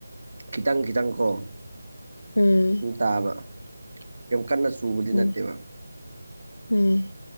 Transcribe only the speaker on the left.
ꯎꯝ
ꯎꯝ
ꯎꯝ